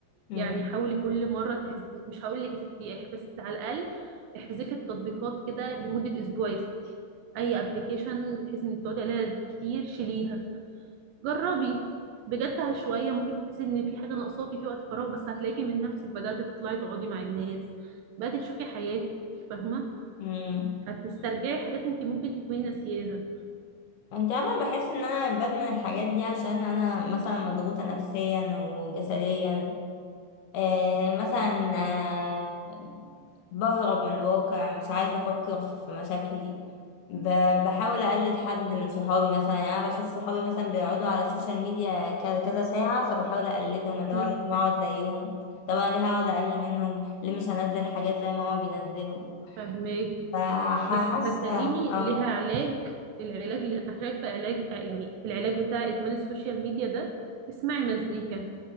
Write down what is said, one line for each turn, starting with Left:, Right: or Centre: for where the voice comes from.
Left: مم.
Right: يعني حاولي كل مرة تحزي مش هقول لك يا ستي اح- بس على الأقل احذفي التطبيقات كده لمدة اسبوع يا ستي اي ابلكيشن بتحسي انك بتقعدي عليها كتير شيليها جربي بجد شويه ممكن تحسي ان في حاجه ناقصاكي في وقت فراغ بس هتلاقيكي من نفسك بدات تطلعي تقعدي مع الناس بدات تشوفي حياتك فاهمه
Left: مم.
Right: هتسترجعي حاجات انت ممكن تكوني ناسياها
Left: انت عارفة بحس ان انا بدمن الحاجات دي عشان انا مثلا مضغوطة نفسيا وجسديا آه مثلا آه بهرب من الواقع مش عايزة أفكر في في مشاكلي ب- بحاول أقلد حد من صحابي مثلا يعني أنا بشوف صحابي مثلا بيقعدوا على السوشيال ميديا كذا كذا ساعة فبحاول أقلدهم اللي
Right: مم.
Left: هو لازم أقعد زيهم طب أنا ليه هقعد أقل منهم ليه مش هنزل حاجات زي ما هما بينزلوا
Right: فاهماكي
Left: فحاسة
Right: بس صدقيني
Left: اه
Right: ليها علاج العلاج اللي انا شايفه علاج يعني العلاج بتاع ادمان السوشيال ميديا ده اسمعي مزيكا